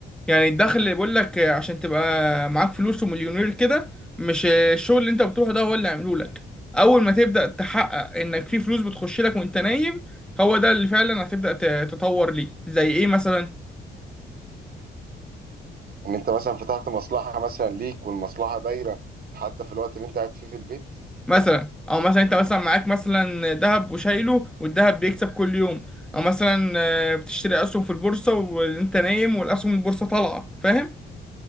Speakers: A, in the centre; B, on the right.
A: يعني الدخل اللي بيقول لك آه، عشان تبقى معاك فلوس ومليونير كده مش آه، الشغل اللي انت بتروحه ده هو اللي عامله لك اول ما تبدأ تحقق انك في فلوس بتخش لك وانت نايم هو ده اللي فعلا هتبدأ ت- تطور ليه زي ايه مثلا
B: ان انت مثلا فتحت مصلحه مثلا ليك والمصلحه دايره حتى في الوقت اللي انت قاعد فيه في البيت
A: مثلا او مثلا انت مثلا معاك مثلا ذهب وشايله والذهب بيكسب كل يوم او مثلا آه، بتشتري اسهم في البورصه وانت نايم والاسهم البورصه طالعه فاهم